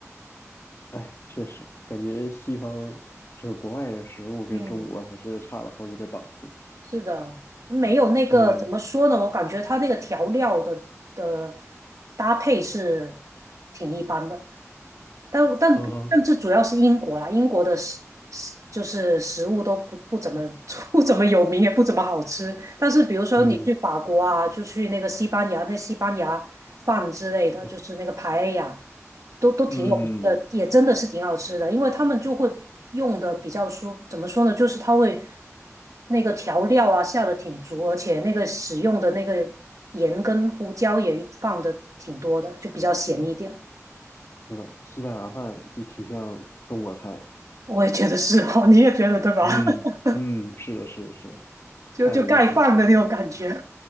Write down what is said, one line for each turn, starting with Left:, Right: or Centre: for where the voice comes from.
Left: 哎，确实感觉西方这个国外的食物跟中国还是差了好几个档次。
Right: 嗯是的，没有那个怎么说呢？
Left: 嗯，
Right: 我感觉它那个调料的的搭配是挺一般的，但但但这主要是英国啦，
Left: 嗯哈，
Right: 英国的食食就是食物都不不怎么 <laughs> 不怎么有名，也不怎么好吃。但是比如说你去法国啊，
Left: 嗯，
Right: 就去那个西班牙，那西班牙饭之类的，
Left: 对，
Right: 就是那个排呀，都都挺有名的，
Left: 嗯，
Right: 也真的是挺好吃的。因为他们就会用的比较说，怎么说呢，就是他会那个调料啊下的挺足，而且那个使用的那个盐跟胡椒也放的挺多的，就比较咸一点。
Left: 是的，西班牙饭就挺像中国菜。
Right: 我也觉得是哦，你也觉得对吧？
Left: 嗯嗯，
Right: <laughs>
Left: 是的，是的，是的，
Right: 就就盖饭的那种感觉。
Left: 看着就挺挺，